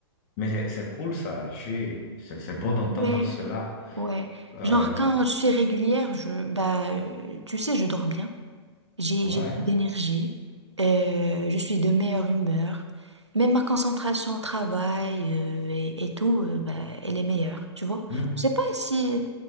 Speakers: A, on the left (about 40°); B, on the right (about 90°).
A: Mais c'est c'est cool ça. Je suis, c'est c'est bon d'entendre
B: Ouais,
A: cela.
B: ouais.
A: Euh,
B: Genre quand je suis régulière, je, bah, euh, tu sais, je dors bien, j'ai,
A: ouais.
B: j'ai plus d'énergie, euh, je suis de meilleure humeur, même ma concentration au travail, euh, et, et tout, euh, bah, elle est meilleure, tu vois.
A: Hmm.
B: Je sais pas si,